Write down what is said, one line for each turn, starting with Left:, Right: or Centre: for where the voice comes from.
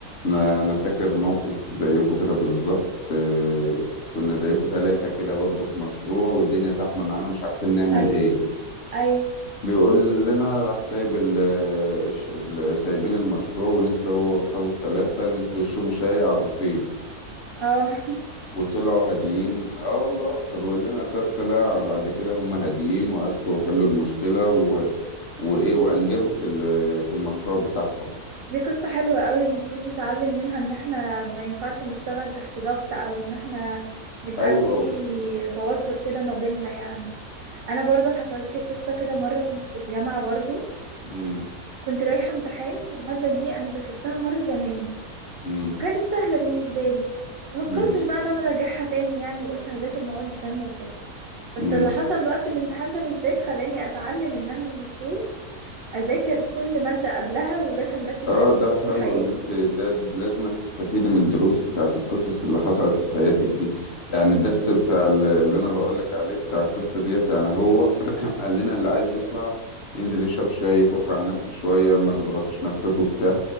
Left: انا انا فاكر موقف زيكم كده بالظبط آه، كنا زيكم ثلاثة كده برضو في مشروع والدنيا زحمة معانا مش عارفين نعمل
Right: ايوه
Left: ايه
Right: ايوه
Left: بيقول لنا راح سايب ال الش- ال- سايبين المشروع ونزلوا هو واصحابه الثلاثة نزلوا يشربوا شاي على الرصيف
Right: اه <laughs>
Left: وطلعوا هاديين اه والله فبيقول لنا ط- طلع بعد كده هم هاديين وعرفوا يحلوا المشكلة وايه وانجزوا في ال- في المشروع بتاعهم
Right: دي قصة حلوة قوي المفروض نتعلم منها ان احنا ما ينفعش نشتغل تحت ضغط او ان احنا نبقى
Left: ايوه
Right: في توتر كده ما بيننا يعني انا برضو حصلت لي قصة كده مرة كنت في الجامعة برضو
Left: امم
Right: كنت رايحة امتحان والمادة دي انا ذاكرتها مرة زمان
Left: امم
Right: وكانت سهلة بالنسبة لي ما فكرتش
Left: امم
Right: بقى ان انا اراجعها تاني يعني وقلت هذاكر مواد تانية وكده بس
Left: امم
Right: اللي حصل بقى في الامتحان ده بالذات خلاني اتعلم ان انا المفروض اذاكر كل مادة قبلها وده كان درس اتعلمته
Left: اه ده حلو
Right: طول حياتي
Left: اللي انت ده لازم تستفيدي من الدروس بتاعت القصص اللي حصلت في حياتك دي يعني الدرس
Right: اكيد
Left: بتاع ال- اللي انا بقولك عليه بتاع القصة ديت يعني هو <coughs> <clears throat> قال لنا اللي عايز يطلع ينزل يشرب شاي يفك عن نفسه شوية ما تضغطوش نفسكم بتاع